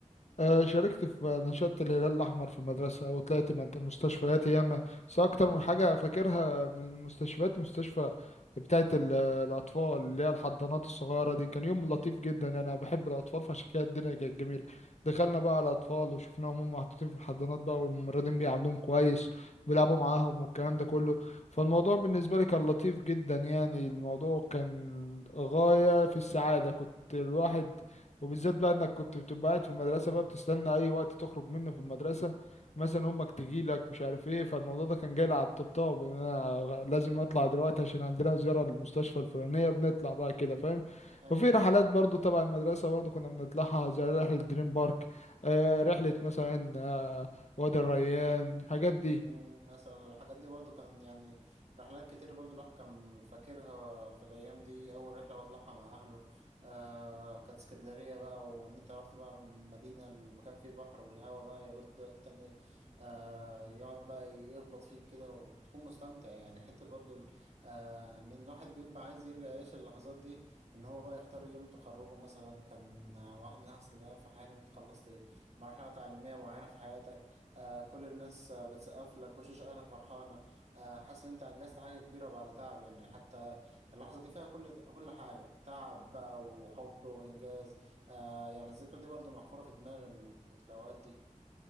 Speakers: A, on the left (about 60°); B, on the right (about 60°).
A: آه، شاركت في نشاط الهلال الأحمر في المدرسة وطلعت من المستشفيات ياما بس أكتر من حاجة فاكرها من المستشفيات مستشفى بتاعة ال- الأطفال اللي هي الحضانات الصغيرة دي كان يوم لطيف جدا يعني أنا بحب الأطفال فعشان كده الدنيا كانت جميلة دخلنا بقى على الأطفال وشفناهم هم محطوطين في الحضانات بقى والممرضين بيعاملوهم كويس وبيلعبوا معاهم والكلام ده كله فالموضوع بالنسبة لي كان لطيف جدا يعني الموضوع كان غاية في السعادة كنت الواحد وبالذات بقى انك كنت بتبقى قاعد في المدرسه
B: امم
A: بقى بتستنى اي وقت تخرج منه في المدرسه مثلا امك تجي لك مش عارف ايه فالموضوع ده كان جاي لي على الطبطاب ان انا لازم اطلع دلوقتي عشان عندنا زياره للمستشفى الفلانيه بنطلع بقى كده فاهم
B: ايوه
A: وفي رحلات
B: ايوه
A: برضو تبع المدرسه برضو كنا بنطلعها زي رحله دريم بارك آه رحله مثلا آه وادي الريان الحاجات دي
B: مم، مثلا الحاجات دي برضو كان يعني رحلات كتير برضو الواحد كان فاكرها في الأيام دي أول رحلة بطلعها مع أهله آه كانت اسكندرية بقى وإن أنت رحت بقى من مدينة المكان فيه بحر والهوا بقى يردك تاني آه يقعد بقى يخبط فيك كده وتكون مستمتع يعني حتة برضو ال- آه إن الواحد بيبقى عايز يرجع يعيش اللحظات دي إن هو بقى يختار يوم تخرجه مثلا كان واحد من أحسن الأيام في حياتي إن أنت خلصت مرحلة تعليمية معينة في حياتك آه كل الناس آه بتسقف لك وشوش اهلك فرحانه آه حاسس ان انت انجزت حاجه كبيره بعد تعب يعني حتى اللحظه دي فيها كل كل حاجه تعب بقى وحب وانجاز آه يعني الذكرى دي برضو محفوره في دماغي من من الاوقات دي